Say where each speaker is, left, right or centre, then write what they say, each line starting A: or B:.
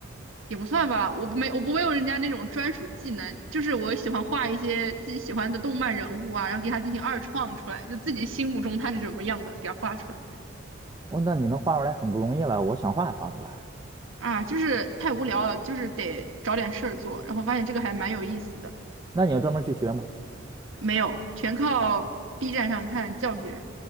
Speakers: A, on the right; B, on the right.
A: 也不算吧，我不没我不会用人家那种专属技能，就是我喜欢画一些自己喜欢的动漫人物啊，然后给他进行二创出来，就自己心目中他是怎么样的，给他画出来
B: 哦，那你能画出来很不容易了，我想画也画不出来啊。
A: 啊，就是太无聊了，就是得找点事儿做，然后发现这个还蛮有意思的。
B: 那你要专门去学吗？
A: 没有，全靠 B 站上看教学，